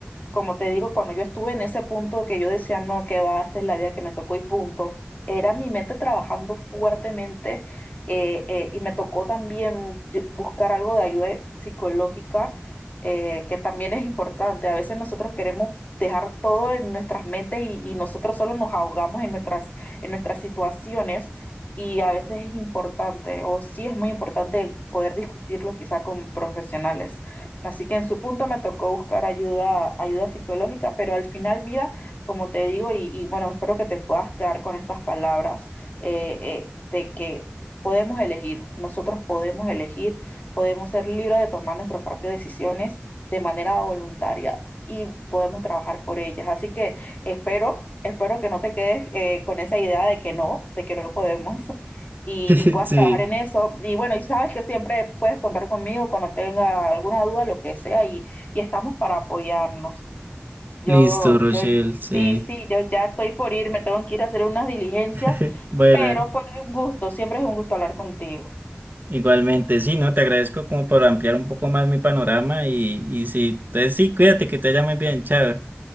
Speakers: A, on the left; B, on the right.
A: como te digo, cuando yo estuve en ese punto que yo decía, no, que va, esta es la vida que me tocó y punto, era mi mente trabajando fuertemente eh, eh, y me tocó también yo- buscar algo de ayuda psicológica, eh, que también es importante. A veces nosotros queremos dejar todo en nuestras mentes y, y nosotros solo nos ahogamos en nuestras, en nuestras situaciones. Y a veces es importante, o sí es muy importante poder discutirlo quizá con profesionales. Así que en su punto me tocó buscar ayuda, ayuda psicológica, pero al final, mira, como te digo, y, y bueno, espero que te puedas quedar con estas palabras eh, eh, de que podemos elegir, nosotros podemos elegir, podemos ser libres de tomar nuestras propias decisiones de manera voluntaria y podemos trabajar por ellas. Así que espero, espero que no te quedes eh, con esa idea de que no, de que no podemos y,
B: <laughs>
A: y puedas
B: Sí,
A: trabajar en eso. Y bueno, y sabes que siempre puedes contar conmigo cuando tenga alguna duda, lo que sea, y, y estamos para apoyarnos. Yo,
B: listo, Rochelle,
A: yo, sí,
B: sí.
A: sí, yo ya estoy por ir, me tengo que ir a hacer unas diligencias,
B: <laughs> Bueno,
A: pero fue un gusto, siempre es un gusto hablar contigo.
B: Igualmente, sí, ¿no? Te agradezco como por ampliar un poco más mi panorama y, y sí, entonces sí, cuídate, que te vaya muy bien, chao.